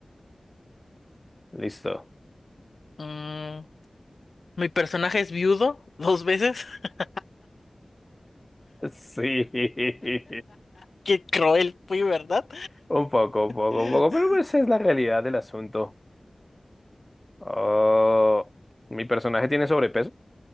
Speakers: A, on the left; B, on the left.
A: listo.
B: Mm, mi personaje es viudo dos veces. <laughs>
A: <laughs> Sí,
B: Qué cruel fui, ¿verdad?
A: un poco, un poco,
B: <laughs>
A: un poco, pero esa es la realidad del asunto. Oh, mi personaje tiene sobrepeso.